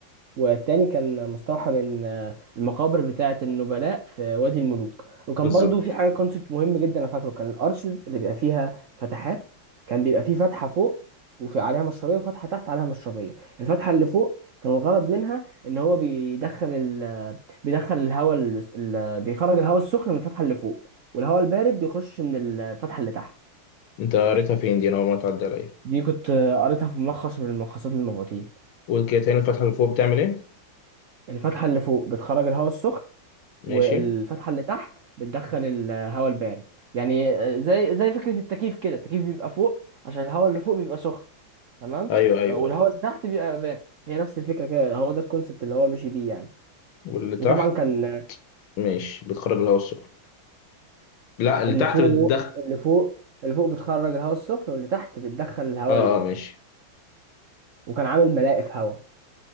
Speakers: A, on the right; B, on the left.
A: والتاني كان مستوحى من آه، المقابر بتاعة النبلاء في وادي الملوك وكان
B: بالظبط
A: برضو في حاجة كونسبت مهم جدا أنا فاكره كان الأرش اللي بيبقى فيها فتحات كان بيبقى فيه فتحة فوق وفي عليها مشربية وفتحة تحت عليها مشربية الفتحة اللي فوق كان الغرض منها إن هو بيدخل ال بيدخل الهواء ال... ال... بيخرج الهواء السخن من الفتحة اللي فوق والهواء البارد بيخش من الفتحة اللي تحت
B: انت قريتها فين دي انا اول مرة تعدي عليا
A: دي كنت آه، قريتها في ملخص من الملخصات للمبعوثين
B: قول كده تاني الفتحة اللي فوق بتعمل ايه
A: الفتحة اللي فوق بتخرج الهواء السخن
B: ماشي
A: والفتحه اللي تحت بتدخل الهواء البارد يعني آه، زي زي فكره التكييف كده التكييف بيبقى فوق عشان الهواء اللي فوق بيبقى سخن تمام
B: ايوه ايوه
A: آه، والهواء
B: ايوه
A: اللي تحت بيبقى بارد هي نفس الفكره كده هو ده الكونسبت اللي هو ماشي بيه يعني
B: واللي تحت
A: وطبعا كان آه،
B: ماشي بتخرج الهواء السخن لا اللي
A: اللي
B: تحت
A: فوق
B: بتدخل
A: اللي فوق اللي فوق بتخرج الهواء السخن واللي تحت بتدخل الهواء
B: اه
A: البارد
B: اه ماشي
A: وكان عامل ملاقف هواء